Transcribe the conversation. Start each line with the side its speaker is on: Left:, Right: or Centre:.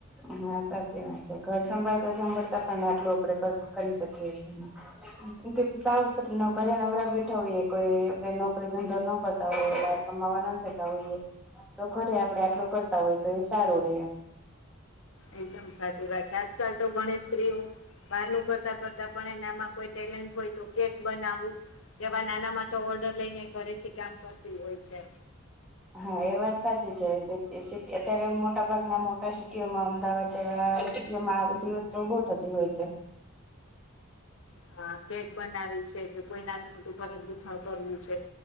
Centre: હા સાચી વાત છે ઘર સંભાળતા સંંભળતા પણ આટલું આપડ કરી શકીએીએ મ કે સાવ ઘરે નવરા બેઠા હોઈએ કોઈ આપ નોકરી ધંધો ન કરતા હોઈએ કમાવા ના જતા હોઈએ તો ખરે આપડે આટલું કરતા હોય તો એ સારું રેમ
Left: એકદમ સાચી વાત છે આજકાલ તો ગણી સ્ત્રીઓ બહાર ન કરતા કરતા પણ એનામાં કોઈ ટેલેન્ટ હોય તો કેક બનાવવું કેવા નાના માટે ઓર્ડર લઈ ને ઘરેથી કામ કરતી હોય છે
Centre: હા એ વાત સાચી છે સટી અત્યારે મોટા ભાગના મોટા સિટીઓમાં અમદાવાદ જેવા જેમાં આ બધી વસ્તુઓ બહુ થતી હોય છે
Left: હા કેક બનાવી છે કે કોઈ નાનું મોટું પરત ગૂથણ કરવું છે